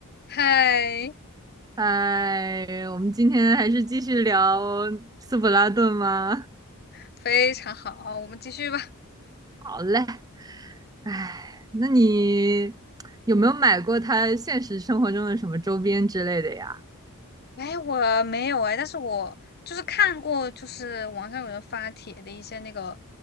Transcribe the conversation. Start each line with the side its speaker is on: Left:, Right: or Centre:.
Left: 嗨，
Right: 哎，我们今天还是继续聊斯普拉顿吗？
Left: 非常好，我们继续吧。
Right: 好嘞。哎，那你有没有买过他现实生活中的什么周边之类的呀？
Left: 哎，我没有哎，但是我就是看过，就是网上有人发帖的一些那个，